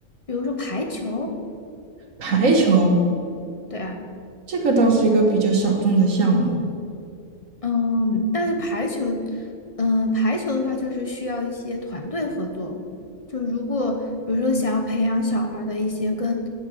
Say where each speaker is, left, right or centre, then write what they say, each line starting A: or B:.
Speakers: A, on the left; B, on the right.
A: 比如说排球，
B: 排球
A: 对啊，
B: 这个倒是一个比较小众的项目，
A: 嗯，但是排球，嗯，排球的话就是需要一些团队合作。就如果比如说想要培养小孩儿的一些跟